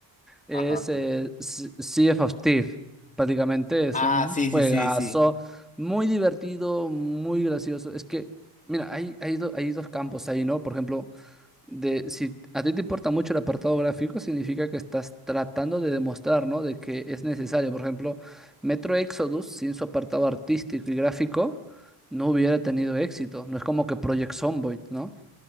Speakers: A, in the centre; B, on the left (about 20°).
A: Es
B: Ajá.
A: eh, S- Sea of Thieves. Prácticamente es
B: Ah,
A: un
B: sí,
A: juegazo
B: sí, sí, sí.
A: muy divertido, muy gracioso. Es que, mira, hay, hay, do- hay dos campos ahí, ¿no? Por ejemplo, de, si a ti te importa mucho el apartado gráfico, significa que estás tratando de demostrar, ¿no? De que es necesario. Por ejemplo, Metro Exodus, sin su apartado artístico y gráfico, no hubiera tenido éxito. No es como que Project Zomboid, ¿no?